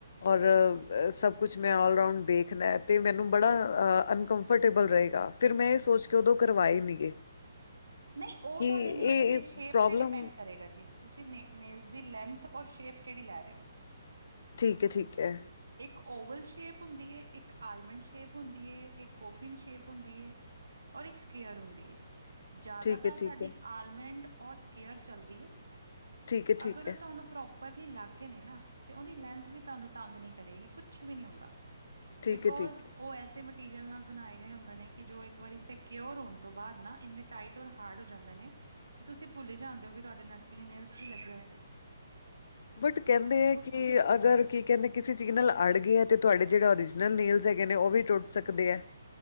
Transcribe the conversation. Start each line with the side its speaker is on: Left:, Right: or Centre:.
Left: ਔਰ
Right: ਜੀ ਜੀ ਜੀ
Left: ਸਭ ਕੁਛ, ਮੈਂ ਆਲਰਾਊਂਡ ਦੇਖਣਾ ਅਤੇ ਮੈਨੂੰ ਬੜਾ ਅਨਕੰਫਰਟੇਬਲ ਰਹੇਗਾ। ਫਿਰ ਮੈਂ ਇਹ ਸੋਚ ਕੇ ਉਦੋਂ ਕਰਵਾਏ ਨੀ ਗੇ।
Right: ਨਹੀਂ, ਉਹ
Left: ਕਿ
Right: ਤੁਹਾਡੇ ਨੇਲਸ
Left: ਇਹ
Right: ਦੀ ਸ਼ੇਪ
Left: ਪ੍ਰੋਬਲਮ
Right: ਤੇ ਡਿਪੈਂਡ ਕਰੇਗਾ ਜੀ। ਤੁਸੀਂ ਨੈਲ ਦੀ ਲੈਂਥ ਔਰ ਸ਼ੇਪ ਕਿਹੜੀ ਲੈ ਰਹੇ ਹੋ।
Left: ਠੀਕ ਹੈ, ਠੀਕ ਹੈ।
Right: ਇੱਕ ਓਵਲ ਸ਼ੇਪ ਹੁੰਦੀ ਹੈ, ਇੱਕ ਆਲਮੰਡ ਸ਼ੇਪ ਹੁੰਦੀ ਹੈ, ਇੱਕ ਕੋਫਿਨ ਸ਼ੇਪ ਹੁੰਦੀ ਹੈ ਔਰ ਇੱਕ ਸਕੇਅਰ ਹੁੰਦੀ ਏ। ਜ਼ਿਆਦਾਤਰ
Left: ਠੀਕ ਹੈ ਠੀਕ
Right: ਸਾਡੀ
Left: ਹੈ
Right: ਆਲਮੰਡ ਔਰ ਸਕੇਅਰ ਚੱਲਦੀ ਏ।
Left: ਠੀਕ ਹੈ ਠੀਕ
Right: ਅਗਰ ਉਹ
Left: ਹੈ
Right: ਤੁਹਾਨੂੰ ਪ੍ਰੋਪਰਲੀ ਲੱਗ ਗਏ ਨੇ ਨਾ, ਤੇ ਉਹਦੀ ਲੈਂਥ ਵੀ ਤੁਹਾਨੂੰ ਤੰਗ ਨੀ ਕਰੇਗੀ, ਕੁਛ ਵੀ ਨਹੀਂ ਹੁੰਦਾ,
Left: ਠੀਕ
Right: ਬਿਕੋਜ
Left: ਹੈ ਠੀਕ ਹੈ
Right: ਉਹ ਐਸੇ ਮ ਮਟੀਰੀਅਲ ਨਾਲ ਬਣਾਏ ਗਏ ਹੁੰਦੇ ਨੇ ਕਿ ਜੋ ਇੱਕ ਵਾਰੀ ਸਕਿਓਰ ਹੋਣ ਤੋਂ ਬਾਅਦ ਨਾ, ਇੰਨੇ ਟਾਈਟ ਔਰ ਹਾਰਡ ਹੋ ਜਾਂਦੇ ਨੇ। ਕਿ ਤੁਸੀਂ ਭੁੱਲ ਹੀ ਜਾਣਦੇ ਹੋ ਕਿ ਤੁਹਾਡੇ ਨਟਕਲੀਨਲ ਵੀ ਲੱਗੇ ਹੋਏ ਨੇ।
Left: ਬਟ ਕਹਿੰਦੇ
Right: ਤੁਸੀਂ ਬਿਲਕੁਲ
Left: ਹੈ ਕਿ
Right: ਭੁੱਲ ਜਾਓਗੇ।
Left: ਅਗਰ ਕੀ ਕਹਿੰਦੇ ਕਿਸੇ ਚੀਜ਼ ਨਾਲ ਅੜ ਗਏ ਹੈ ਤੇ ਤੁਹਾਡੇ ਜਿਹੜੇ ਓਰੀਜਨਲ ਨੀਲਜ਼ ਹੈਗੇ ਨੇ ਉਹ ਵੀ ਟੁੱਟ ਸਕਦੇ ਹੈ।